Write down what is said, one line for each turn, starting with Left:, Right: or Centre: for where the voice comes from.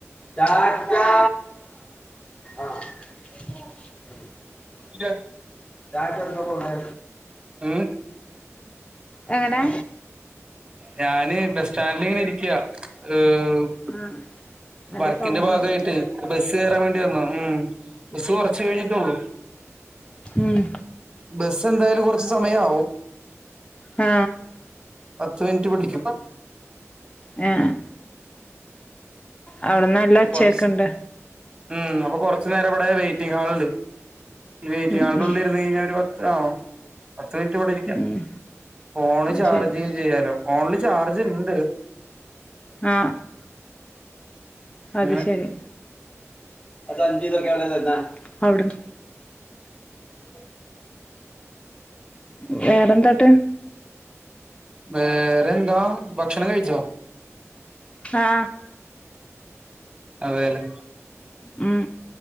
Left: റ്റാറ്റ ആ ഉ
Right: ഡ
Left: റ്റാറ്റ എവിടെ നിന്നാ പോകുന്നേ
Right: ഉം
Left: എങ്ങനെ
Right: ഞാന് ബസ് സ്റ്റാൻഡിലിങ്ങനെ ഇരിക്കുക ഹ്
Left: ആഹ് നല്ല
Right: വർക്കിന്റെ
Left: സൗണ്ട്ണ്ട്
Right: ഭാഗവായിട്ട് ബസ് കേറാൻ വേണ്ടി വന്നതാ ഉം ബസ് കെറച്ച് കഴിഞ്ഞിട്ടേയുള്ളു
Left: ഉം
Right: ബസ് ഇപ്പം എന്തായാലും കെറച്ച് സമയം ആവും
Left: ആ
Right: പത്ത് മിനിറ്റ് പിടിക്കും
Left: ആ അവിടുന്ന് നല്ല
Right: കൊറച്ച്
Left: ചെക്ക് ഇണ്ട്
Right: ഉം അപ്പൊ കൊറച്ചു നേരം ഇവിടെ വെയ്റ്റിംഗ് ഹാളില് ഈ വെയിറ്റിംഗ്
Left: ഉം
Right: ഹാളിനുള്ളിൽ
Left: ഉം
Right: ഇരുന്നു കഴിഞ്ഞാൽ ഒരു പത്ത് ആ ഓ പത്ത് മിനിറ്റ് കൂടെ ഇരിക്കാം
Left: ഉം
Right: ഫോണ്
Left: അത്
Right: ചാർജ്
Left: ശരി
Right: ചെയ്യാലോ ഫോണില് ചാർജ് ഇണ്ട്
Left: ആ അത്
Right: ഇങ്ങനെ
Left: ശരി ആ സഞ്ചിയിത്തെക്കെ അവിടുന്ന് എടുത്തേ അവിടുന്ന്
Right: വീട്ടിപോ
Left: വേറെയെന്താട്ട്
Right: വേറെ എന്താ ഭക്ഷണം കഴിച്ചോ
Left: ആ
Right: അതേല്ലേ
Left: ഉം